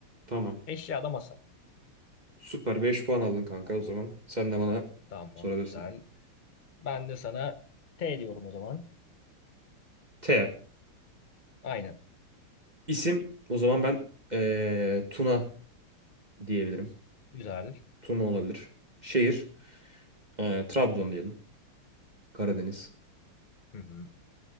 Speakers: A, on the right; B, on the left.
A: Tamam.
B: Eşyada masa.
A: Süper 5 puan aldın kanka o zaman. Sen de bana
B: Tamam
A: sorabilirsin.
B: güzel. Ben de sana T diyorum o zaman.
A: T.
B: Aynen.
A: İsim o zaman ben eee, Tuna diyebilirim.
B: Güzel.
A: Tuna olabilir. Şehir eee, Trabzon diyelim. Karadeniz.
B: Hı hı.